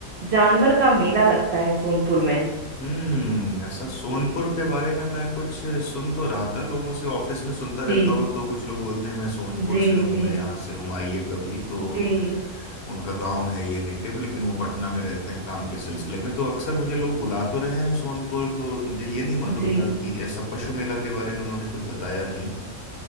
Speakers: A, on the right; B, on the left.
A: जानवर का मेला लगता है सोनपुर में
B: हम्म, ऐसा सोनपुर के बारे में मैं कुछ सुन तो रहा था लोगों से ऑफिस में सुनता रहता
A: जी
B: हूँ तो कुछ लोग बोलते हैं मैं सोनपुर
A: जी
B: से हूँ
A: जी
B: मैं यहाँ से हूँ आइए कभी तो
A: जी
B: उनका गांव है ये नेटिव लेकिन वो पटना में रहते हैं काम के सिलसिले में तो अक्सर मुझे लोग बुला तो रहे हैं सोनपुर तो मुझे ये नहीं मालूम
A: जी
B: था कि ऐसा पशु मेला के बारे में उन्होंने कुछ बताया नहीं